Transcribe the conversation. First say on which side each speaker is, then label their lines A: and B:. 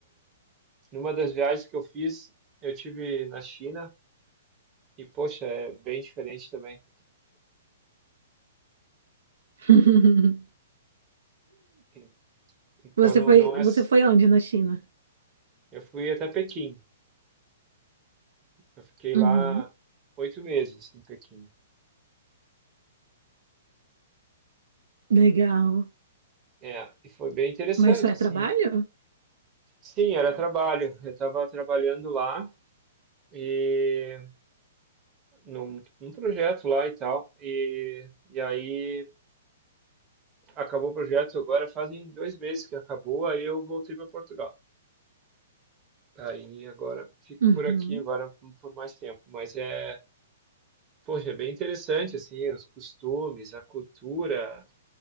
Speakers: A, on the right; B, on the right.
A: Numa das viagens que eu fiz, eu tive na China e, poxa, é bem diferente também.
B: <laughs>
A: E- Então
B: Você
A: não,
B: foi,
A: não
B: você
A: é. s-
B: foi onde na China?
A: Eu fui até Pequim. Eu fiquei
B: Uhum,
A: lá oito meses em Pequim.
B: legal.
A: É, e foi bem interessante,
B: Mas só é
A: assim.
B: trabalho?
A: Sim, era trabalho. Eu estava trabalhando lá e num, num projeto lá e tal. E, e aí acabou o projeto. Agora fazem dois meses que acabou. Aí eu voltei para Portugal. Aí agora fico
B: Uhum.
A: por aqui agora por mais tempo, mas é, poxa, é bem interessante assim, os costumes, a cultura,